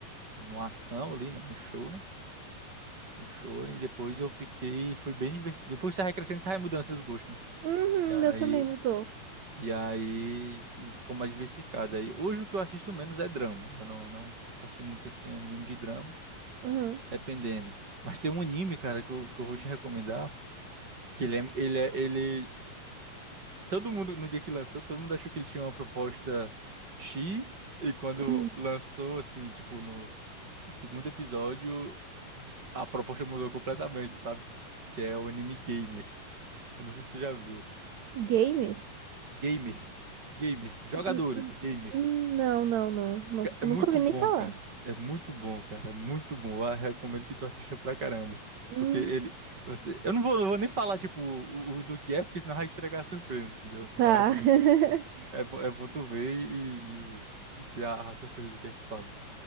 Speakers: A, on the right (about 30°); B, on the right (about 65°).
A: no ação ali, né? No shonen, no shonen, e depois eu fiquei, foi bem divertido. Depois que você vai crescendo, você vai mudando seus gostos, né?
B: Uhum,
A: E aí,
B: meu também mudou.
A: e aí ficou mais diversificado. Aí, hoje o que eu assisto menos é drama. Eu não, não curto assistir muito assim anime de drama,
B: Aham.
A: dependendo. Mas tem um anime, cara, que eu, que eu vou te recomendar, que ele é, ele é, ele todo mundo, no dia que lançou, todo mundo achou que ele tinha uma proposta X, e quando
B: Hum.
A: lançou, assim, tipo, no no segundo episódio, a proposta mudou completamente, sabe? Que é o anime Gamers. Eu não sei se tu já viu.
B: Games?
A: Gamers. Gamers. Jogadores,
B: Hum, hum,
A: gamers.
B: hum, Não, não, não, Nu-
A: Ca- É
B: Nunca
A: muito
B: ouvi
A: bom,
B: nem falar.
A: cara. É muito bom, cara. É muito bom. Eu recomendo que tu assista pra caramba.
B: Hum,
A: Porque ele. Você, eu não vou, eu vou nem falar, tipo, o, o do que é, porque senão vai estragar a surpresa, entendeu?
B: tá.
A: Mas é bom.
B: <laughs>
A: É, bo- é bom tu ver e, e, e ter a, a surpresa do que é que fala.